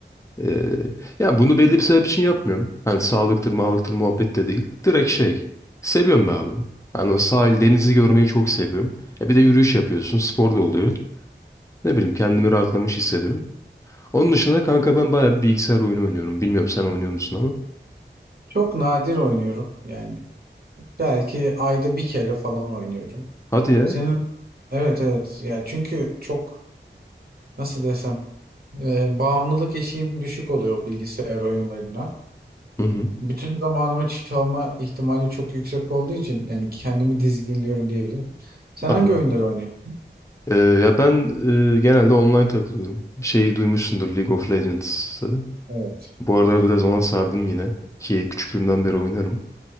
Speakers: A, on the left; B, on the right.
A: Ee, yani bunu belli bir sebep için yapmıyorum. Hani sağlıktır, mağlıktır muhabbet de değil. Direkt şey. Seviyorum be abi. Hani o sahil, denizi görmeyi çok seviyorum. E bir de yürüyüş yapıyorsun, spor da oluyor. Ne bileyim kendimi rahatlamış hissediyorum. Onun dışında kanka ben bayağı bir bilgisayar oyunu oynuyorum. Bilmiyorum sen oynuyor musun ama.
B: Çok nadir oynuyorum yani. Belki ayda bir kere falan oynuyorum.
A: Hadi ya.
B: Senin evet evet ya çünkü çok nasıl desem e, bağımlılık eşiğim düşük oluyor bilgisayar oyunlarına.
A: Hı hı.
B: Bütün zamanımı çalma ihtimali çok yüksek olduğu için yani kendimi dizginliyorum diyebilirim. Sen
A: Anladım.
B: hangi oyunları oynuyorsun?
A: Ee, ya ben e, genelde online takılıyorum. Şeyi duymuşsundur League of Legends'ı.
B: Evet.
A: Bu aralar biraz ona sardım yine. Ki küçüklüğümden beri oynarım.